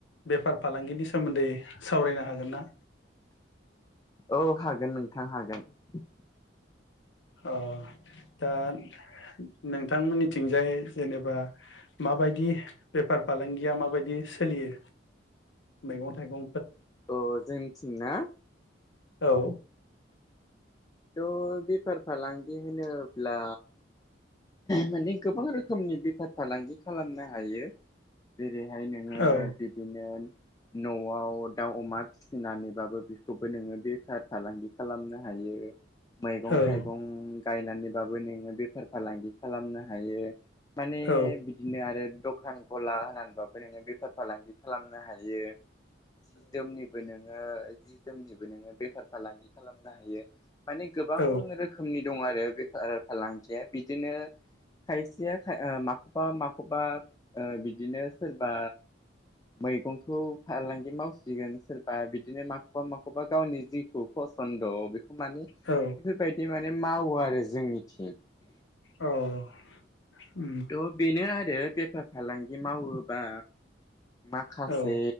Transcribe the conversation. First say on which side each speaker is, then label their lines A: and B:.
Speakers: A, on the left; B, on the left.
A: बेफार फालांगिनि सोमोन्दै सावरायनो हागोन ना?
B: औ हागोन नोंथां हागोन ।
A: अ दा नोंथांमोननिथिंजाय जेनेबा माबायदि बेफार फालांगिया माबायदि सोलियो मैगं थाइगं
B: अ जोंथिं ना?
A: औ
B: थ' बेफार फालांगि होनोब्ला माने गोबां रोखोमनि बेफार फालांगि खालामनो हायो जेरै हाय नोङो
A: औ
B: बिदिनो न'आव दाउ अमा फिसिनानैबाबो बेखौबो नोङो बेफार फालांगि खालामनो हायो। मैगं
A: औ
B: थाइगं गायनानै बाबो नोङो बेफार फालांगि खालामनो हायो। माने
A: औ
B: बिदिनो आरो दख दखान गला होनानैबाबो नोङो बेफार फालांगि खालामनो हायो। जि जोमनिबो नों ओ जि जोमनिबो नोङो बेफार फालांगि खालामनो हायो। माने गोबां
A: औ
B: रोखोमनि दं आरो बेफा फालांगिया बिदिनो खायसेया ओ माखौबा माखौबा ओ बिदिनो सोरबा मैगंखौ फालांगि मावसिगोन सोरबा बिदिनो माखौबा माखौबा गावनि जिखौ फसन्द' बेखौ मान बिफोरबायदि
A: औ
B: मान बे मावो आरो जोंनिथिं।
A: औ उम
B: थ' बेनो आरो बेफार फालांगि मावोबा माखासे
A: औ